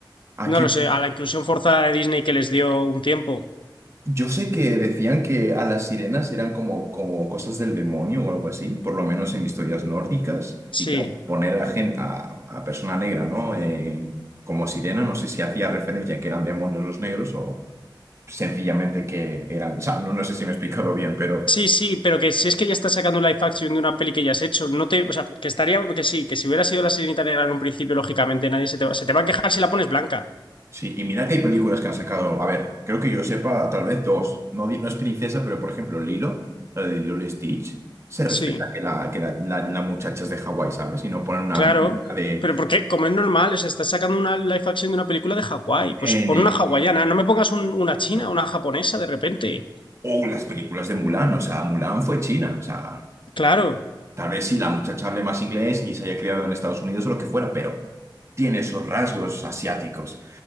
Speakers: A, on the right (about 35°); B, on the left (about 85°).
A: ¿A
B: No
A: qué?
B: lo sé, a la inclusión forzada de Disney que les dio un tiempo.
A: Yo sé que decían que a las sirenas eran como, como cosas del demonio o algo así, por lo menos en historias nórdicas.
B: Sí.
A: Y claro, poner a gente, a, a persona negra, ¿no? Eh, como sirena, no sé si hacía referencia a que eran demonios los negros o sencillamente que eran. O sea, no, no sé si me he explicado bien, pero.
B: Sí, sí, pero que si es que ya está sacando un live action de una peli que ya has hecho, no te, o sea, que estaría, que sí, que si hubiera sido la Sirenita negra en un principio, lógicamente nadie se te va, se te va a quejar si la pones blanca.
A: Sí, y mira que hay películas que han sacado. A ver, creo que yo sepa, tal vez dos. No, di- no es princesa, pero por ejemplo, Lilo, la de Lilo y Stitch, se respeta
B: Sí,
A: que la, que la, la- la muchacha es de Hawái, ¿sabes? Y no ponen una
B: claro.
A: película de
B: Pero porque, como es normal, o sea, estás sacando una live action de una película de Hawái, pues
A: N.
B: pon
A: N,
B: una hawaiana,
A: N,
B: no me pongas un- una china,
A: N.
B: una japonesa de repente.
A: O las películas de Mulan, o sea, Mulan fue China, o sea.
B: Claro,
A: Tal vez sí, la muchacha hable más inglés y se haya criado en Estados Unidos o lo que fuera, pero tiene esos rasgos asiáticos.